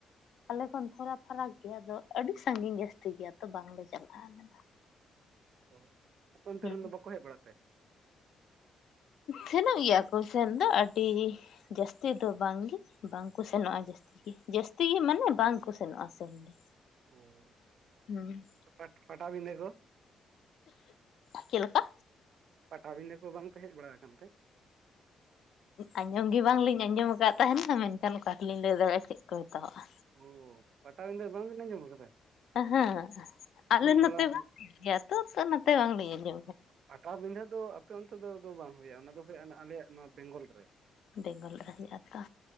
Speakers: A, on the left (about 65°); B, on the right (about 60°).
A: ᱟᱞᱮ ᱠᱷᱚᱱ ᱛᱷᱚᱲᱟ ᱯᱷᱟᱨᱟᱠ ᱜᱮᱭᱟ ᱟᱫᱚ ᱟᱹᱰᱤ ᱥᱟᱺᱜᱤᱧ ᱡᱟᱹᱥᱛᱤ ᱜᱮᱭᱟ ᱛᱚ ᱵᱟᱝᱞᱮ ᱪᱟᱞᱟᱜᱼᱟ ᱟᱞᱮ ᱫᱚ᱾
B: ᱚ, ᱟᱯᱮ ᱚᱱᱛᱮ
A: ᱦᱩᱸ
B: ᱨᱮᱱ ᱫᱚ ᱵᱟᱠᱚ ᱦᱮᱡ ᱵᱟᱲᱟᱜ ᱛᱮ?
A: ᱥᱮᱱᱚᱜ ᱜᱮᱭᱟ ᱠᱚ ᱥᱮᱱ ᱫᱚ ᱟᱹᱰᱤ ᱡᱟᱹᱥᱛᱤ ᱫᱚ ᱵᱟᱝᱜᱮ ᱵᱟᱝᱠᱚ ᱥᱮᱱᱚᱜᱼᱟ ᱡᱟᱹᱥ ᱛᱤ ᱜᱮ, ᱡᱟᱥᱛᱤ ᱜᱮ ᱢᱟᱱᱮ ᱵᱟᱝ ᱠᱚ ᱥᱮᱱᱚᱜᱼᱟ ᱥᱮᱱ ᱜᱮ᱾
B: ᱚᱻ᱾
A: ᱦᱩᱸ᱾
B: ᱯᱟᱴ ᱯᱟᱴᱟᱵᱤᱸᱫᱷᱟᱸ ᱠᱚ?
A: ᱪᱮᱫ ᱞᱮᱠᱟ?
B: ᱯᱟᱴᱟᱵᱤᱸᱰᱟᱹ ᱠᱚ ᱵᱟᱝ ᱯᱮ ᱦᱮᱡ ᱵᱟᱲᱟ ᱟᱠᱟᱱ ᱛᱮ?
A: ᱟᱸᱡᱚᱢ ᱜᱮ ᱵᱟᱝᱞᱤᱧ ᱟᱸᱡᱚᱢ ᱟᱠᱟᱫ ᱛᱟᱦᱮᱸᱱᱟ ᱢᱮᱱᱠᱷᱟᱱ ᱚᱠᱟ ᱨᱮᱞᱤᱧ ᱞᱟᱹᱭ ᱫᱟᱲᱮᱭᱟᱜᱼᱟ ᱪᱮᱫ ᱠᱚ ᱢᱮᱛᱟᱣᱟᱜᱼᱟ᱾
B: ᱚ ᱯᱟᱴᱟᱵᱤᱸᱫᱟᱹ ᱵᱟᱝ ᱵᱤᱱ ᱟᱸᱡᱚᱢ ᱟᱠᱟᱫᱟ?
A: ᱚᱸ ᱦᱟᱹᱜ, ᱟᱞᱮ
B: ᱩᱱᱟᱹᱜ
A: ᱱᱚᱛᱮ
B: ᱢᱟᱨᱟᱝ
A: ᱵᱟᱝ ᱦᱩᱭᱩᱜ ᱜᱮᱭᱟ ᱛᱚ ᱛᱚ ᱱᱚᱛᱮ ᱵᱟᱝ ᱞᱤᱧ ᱟᱸᱡᱚᱢᱟ᱾
B: ᱯᱟᱴᱟᱵᱤᱸᱰᱟᱹ ᱫᱚ ᱟᱯᱮ ᱚᱱᱛᱮ ᱫᱚ ᱵᱟᱝ ᱦᱩᱭᱩᱜᱼᱟ ᱚᱱᱟ ᱫᱚ ᱦᱩᱭᱩᱜᱼᱟ ᱟᱞᱮᱭᱟᱜ ᱱᱚᱣᱟ ᱵᱮᱝᱜᱚᱞ ᱨᱮ᱾
A: ᱵᱮᱝᱜᱚᱞ ᱨᱮ ᱦᱩᱭᱩᱜ-ᱟ ᱛᱚ,